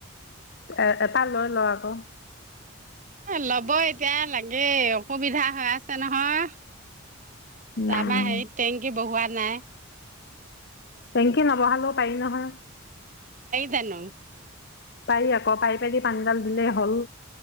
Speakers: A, on the left; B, on the right.
A: এ এটা লৈ লওঁ আকৌ।
B: ল'ব এতিয়া লাগে অসুবিধা হৈ আছে নহয়।
A: উম
B: তপা হেৰিত টেংকি বহোৱা নাই।
A: টেংকি নবহালেও পাৰি নহয়।
B: জানো <unintelligible>
A: পাৰি আকৌ পাৰি পাৰি পানীডাল দিলেই হ'ল